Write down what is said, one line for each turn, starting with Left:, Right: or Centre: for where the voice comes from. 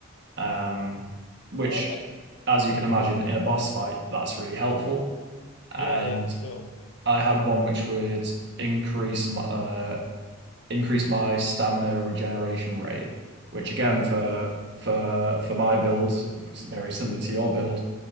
Right: um, which,
Left: Oh, okay.
Right: as you can imagine, in a boss fight, that's really helpful. And
Left: Yeah, yeah, for sure.
Right: I had one which would increase my uh, increase my stamina regeneration rate, which again for for for my build, which is very similar to your build